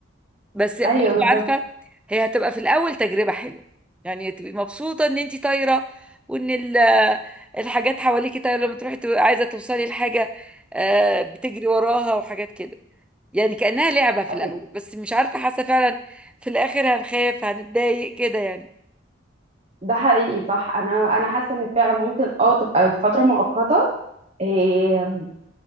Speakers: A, in the centre; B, on the right.
A: بس برضو
B: ايوه بالظبط
A: عارفه هي هتبقى في الاول تجربه حلوه يعني تبقي مبسوطه ان انت طايره وان ال- آه، الحاجات حواليكي طايره لما تروحي تبقي عايزه توصلي لحاجه آه، بتجري وراها وحاجات كده يعني كانها لعبه في
B: أيوة.
A: الاول بس مش عارفه حاسه فعلا في الاخر هنخاف هنتضايق كده يعني
B: ده حقيقي صح انا انا حاسه ان فعلا ممكن اه تبقى الفتره مؤقته إيه